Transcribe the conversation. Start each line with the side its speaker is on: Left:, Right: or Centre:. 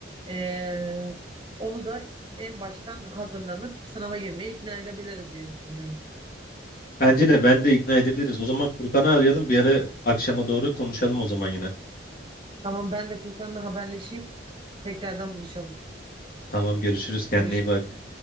Right: e, onu da en baştan hazırlanıp sınava girmeye ikna edebiliriz diye düşünüyorum.
Left: Bence de ben de ikna edebiliriz. O zaman Furkan'ı arayalım bir ara akşama doğru konuşalım o zaman yine.
Right: Tamam ben de Furkan'la haberleşeyim. Tekrardan buluşalım.
Left: Tamam görüşürüz kendine
Right: Görüşürüz.
Left: iyi bak.